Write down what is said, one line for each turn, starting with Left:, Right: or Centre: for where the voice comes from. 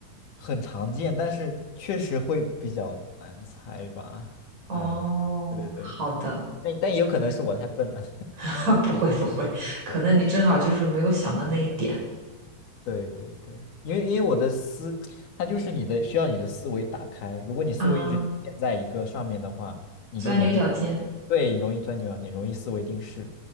Left: 很常见，但是确实会比较难猜吧，
Right: 哦，
Left: 嗯，对对对，
Right: 好的，
Left: 但但也有可能是我太笨了，
Right: <laughs> 不会不会，可能你正好就是没有想到那一点
Left: <laughs> 对对对，因为因为我的思，它就是你的需要你的思维打开。如果你思维一直局限在一个上面的话，
Right: 啊。
Left: 你就容易，
Right: 钻牛角尖，
Left: 对，你容易钻牛角尖，容易思维定式。